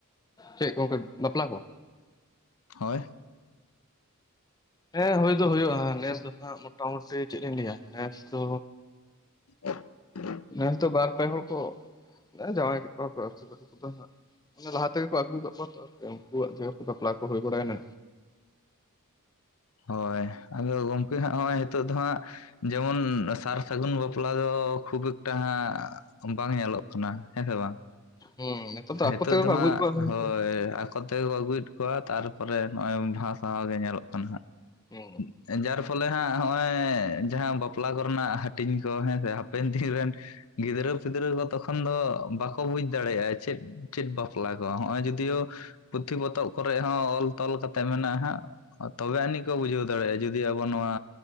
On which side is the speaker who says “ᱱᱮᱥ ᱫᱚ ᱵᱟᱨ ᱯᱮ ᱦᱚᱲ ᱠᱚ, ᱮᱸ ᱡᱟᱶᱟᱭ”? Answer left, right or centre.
Left